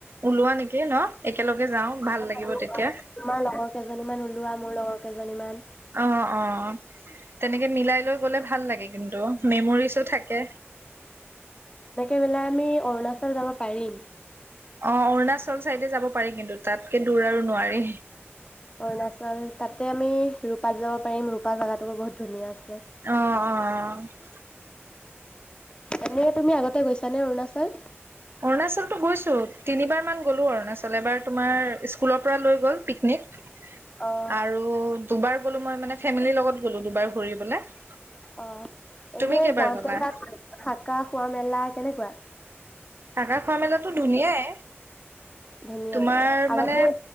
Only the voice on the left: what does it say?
তোমাৰ
লগৰ কেইজনী মান ওলোৱা মোৰ লগত কেইজনীমান
লে আমি অৰুণাচল যাব পাৰিম
অৰুণাচল তাতে আমি ৰূপাত যাব পাৰিম ৰূপা জেগাত টো বহুত ধুনীয়াছে
এনে তুমি আগতে গৈছ নে অৰুণাচল?
অ',
অ', এনে
যাওঁতে
তাত থাকা খোৱা মেলা কেনেকুৱা?
ধুনীয়াই
অ', আগতে